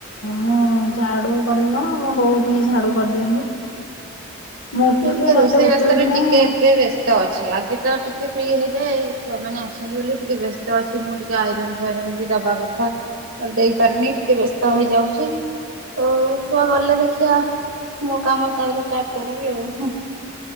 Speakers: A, on the left; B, on the right.
A: ମୁଁ ଝାଡ଼ୁ କରିବି କଣ ମୋ ବୋଉଠିକି ଝାଡ଼ୁ କରିଦିଅନ୍ତି। ମୁଁ ଉଠିକି
B: ନା ଟିକେ
A: ମତେ
B: ରୋଷେଇବାସରେ
A: ଉଠିବି କି
B: ଟିକେ
A: ନାଇଁ
B: ଏବେ ବ୍ୟସ୍ତ ବ୍ୟସ୍ତ ଅଛି ଆଗେ ତ ଟିକେ ଫ୍ରି ହେଇଯାଏ ଛୁଆମାନେ ଆସିଛନ୍ତି ବୋଲି ଟିକେ ବ୍ୟସ୍ତ ଅଛି ମୁଁ ଟିକେ ତ ଆଇରନ୍ ଫାଇରନ୍ ବି ଦବା କଥା ଦେଇପରୁନି। ଟିକେ ବ୍ୟସ୍ତ ହେଇଯାଉଛି। ତ ଛୁଆ ଗଲେ ଦେଖିବା ମୋ କାମ ତାପରେ ଷ୍ଟାର୍ଟ <inaudible> ବଉ